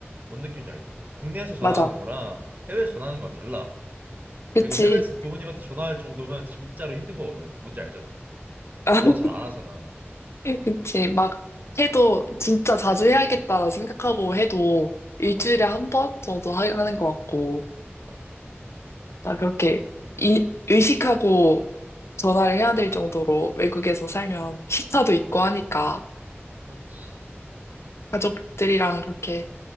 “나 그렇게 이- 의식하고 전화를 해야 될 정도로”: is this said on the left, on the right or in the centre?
Left